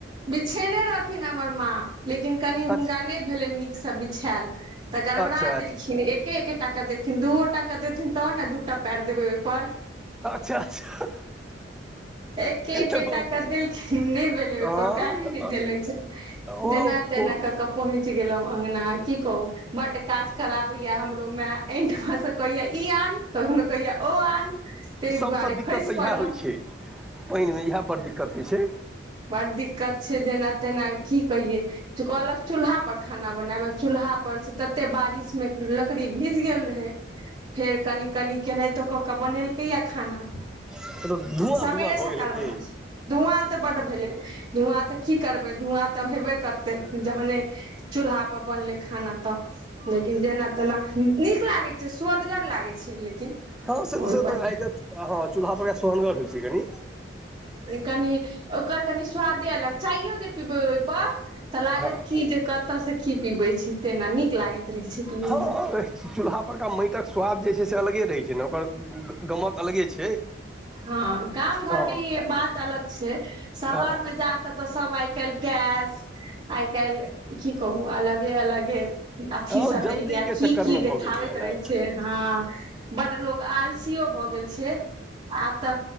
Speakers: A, on the right; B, in the centre.
A: बिछेने रहथिन हमर माँ लेकिन कनि हुनका
B: अच्छा
A: नहि भेलनि नीकसँ बिछायल तऽ गड़बड़ा
B: अच्छा अच्छा
A: देलखिन एक एकटा टा देलखिन दूओ टा का देेलथिन तब ने दू टा पएर देबै ओहिपर
B: अच्छा अच्छा
A: एकेेटा
B: तऽ
A: क देलखिन नहि भेलै ओहिप
B: हँ
A: प्यारे नहि देल छै
B: ओ
A: जेना तेना कए क बहिन गेलहु अंगना की कह बड काज खराब होइया हमरो मे एठ मे से कहैया इ कखनो कहिया ओ आन ताहि
B: सभसँ
A: दुआरे
B: दिक्कत
A: खसि
B: तऽ इएह
A: पड़लहु
B: होइ छै पानिमे इएह ब्ड दिक्कत होइ छै
A: बड़ दिक्कत छै जेना तेना की कहियै कहलक चूल्हा पर खाना बनाब चूल्हा हा पर से तते बारिश मे लकड़ी भीज गेल रहे फेर कनि कनि केनाहितो कऽ कऽ बनेलकैएा खाना
B: से तऽ धुआँ
A: सबेरे
B: धुआँ भऽ
A: सकाल
B: गेल हेतै
A: बनाल छै धूआँ तऽ भेल धुआँ तऽ की करबै धुआँ तऽ हेबे करतै जहने चूलहा पर बनलै खाना तऽ लेकिन जेना तेना नीक लागे छै सु्वदगर लागे छै लेकिन
B: हँ से तऽ
A: ओहिपर
B: से तऽ आइ हँ चूल्हा पर सोहनगर होइ छै कनीनि
A: कनि ओकर कनि स्वादे अलग चाययो जे पीबै ओहिपर तऽ लागत
B: हँ
A: की जे कतय से की पीबै छी तेना नीक लागैत रहै छै पीबैमे
B: और चूल्हा पर केा माटिक के स्वाद जे छै से अलगे रहे छै छै ने ओकर गमक अलगे छै
A: हँ गाम घर
B: हँ
A: के ई बात अलग छै शहर
B: हँ
A: मे जााकऽ तऽ सब आइ काल्हि ग आइ काल्हि की कहुं अल अे अलगे अथी
B: हँ
A: सब
B: जल्दीके
A: एलियै की
B: चक्करमे
A: की देखाबैत
B: भऽ गेलैए ने
A: रहे छै हँ बड लोक आलसीयो भऽ गेल छै आब तऽ